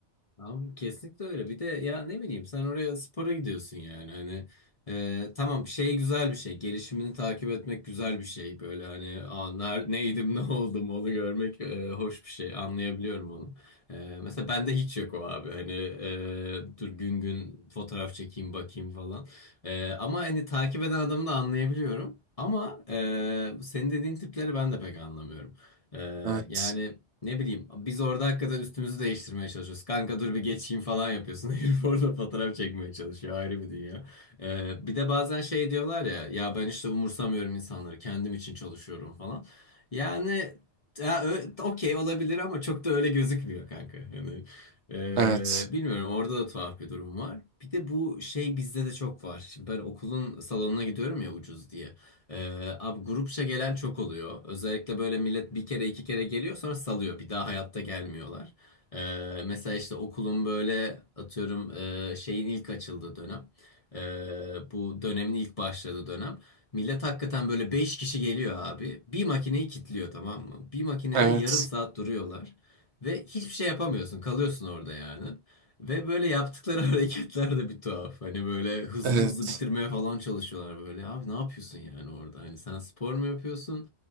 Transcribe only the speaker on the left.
Tamam, kesinlikle öyle. Bir de ya ne bileyim sen oraya spora gidiyorsun yani hani e, tamam şey güzel bir şey gelişimini takip etmek güzel bir şey böyle hani aa, ner- neydim <laughs> ne oldum onu görmek e, hoş bir şey anlayabiliyorum onu. E, mesela bende hiç yok o abi hani e, dur gün gün fotoğraf çekeyim bakayım falan E, ama hani takip eden adamı da anlayabiliyorum ama e, bu senin dediğin tipleri ben de pek anlamıyorum. E,
yani. Ne bileyim biz orada hakikaten üstümüzü değiştirmeye çalışıyoruz. Kanka dur bir geçeyim falan yapıyorsun. <laughs> Herif orada fotoğraf çekmeye çalışıyor. Ayrı bir dünya. Ee, bir de bazen şey diyorlar ya ya ben işte umursamıyorum insanları kendim için çalışıyorum falan. Yani ya, ö- okey olabilir ama çok da öyle gözükmüyor kanka. Yani, e,
bilmiyorum orada da tuhaf bir durum var. Bir de bu şey bizde de çok var. Şimdi ben okulun salonuna gidiyorum ya ucuz diye. Ee, abi grupça gelen çok oluyor. Özellikle böyle millet bir kere iki kere geliyor sonra salıyor. Bir daha hayatta gelmiyorlar. Ee, mesela işte okulun böyle atıyorum e, şeyin ilk açıldığı dönem. Ee, bu dönemin ilk başladığı dönem. Millet hakikaten böyle 5 kişi geliyor abi. Bir makineyi kilitliyor tamam mı? Bir makinede
yarım saat duruyorlar. Ve hiçbir şey yapamıyorsun. Kalıyorsun orada yani. Ve böyle yaptıkları <laughs> hareketler de bir tuhaf. Hani böyle hızlı
hızlı bitirmeye falan çalışıyorlar böyle. Abi ne yapıyorsun yani orada? Hani sen spor mu yapıyorsun?